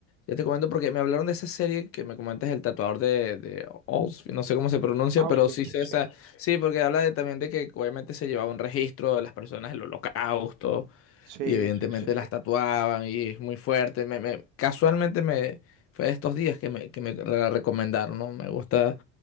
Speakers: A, on the left; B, on the right.
A: ya te comento porque me hablaron de esa serie que me comentas, el tatuador de, de Oz, no sé cómo se pronuncia,
B: Auschwitz,
A: pero sí sé esa,
B: sí.
A: sí, porque habla de, también de que obviamente se llevaba un registro de las personas del holocausto,
B: Sí,
A: Y evidentemente
B: sí, sí,
A: las
B: sí.
A: tatuaban y es muy fuerte. Me, me- casualmente me, fue de estos días que me, que me la recomendaron, ¿no? Me gusta